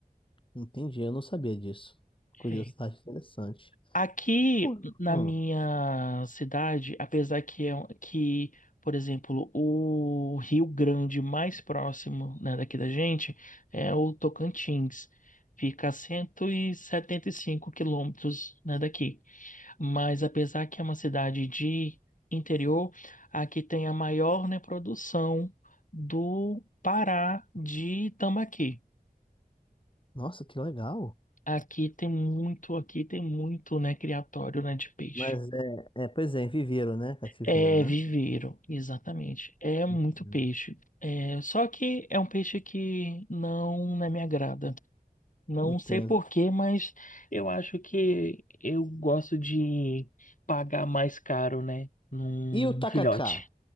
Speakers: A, on the left; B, on the left.
A: Entendi, eu não sabia disso. Curiosidade
B: É.
A: interessante.
B: Aqui
A: Pô,
B: na
A: Hum,
B: minha cidade, apesar que é um- que, por exemplo, o Rio Grande mais próximo, né, daqui da gente é o Tocantins. Fica a 175 quilômetros, né, daqui. Mas apesar que é uma cidade de interior, aqui tem a maior, né, produção do Pará de tambaqui.
A: nossa, que legal.
B: Aqui tem muito, aqui tem muito, né, criatório, né, de peixe.
A: Mas é, é, pois é, em viveiro, né? Cativeiro,
B: É,
A: né?
B: viveiro, exatamente. É muito
A: Entendo.
B: peixe. É, só que é um peixe que não, não me agrada. Não
A: Entendo.
B: sei por quê, mas eu acho que eu gosto de pagar mais caro, né? Num
A: E o tacacá?
B: filhote.